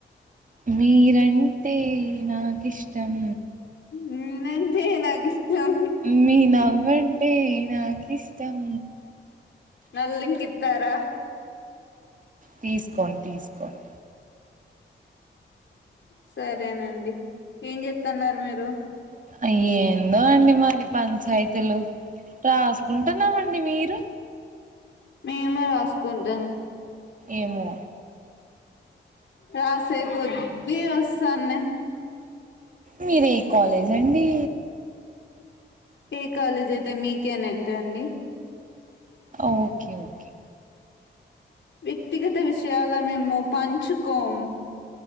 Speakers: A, on the right; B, on the left.
A: మీరంటే నాక్ ఇష్టం
B: నేనంటే నాకు ఇష్టం
A: మీ నవ్వంటే, నాకి ఇష్టం
B: నల్లంకితార
A: తీసుకోన్ తీసుకోన్
B: సరేనండి ఏం జెత్తన్నారు మీరు
A: అయ్యే ఎందో అండి మాది పంచాయతీలు రాసుకుంటున్నామండి మీరు
B: మేము రాసుకుంటాం
A: ఏమో
B: రాసేకొద్దీ వస్తాన్నాయి
A: మీరే కాలేజ్ అండి
B: ఏ కాలేజ్ అయితే మీకేనేంటండి
A: ఓకే ఓకే
B: వ్యక్తిగత విషయాల మేము పంచుకోం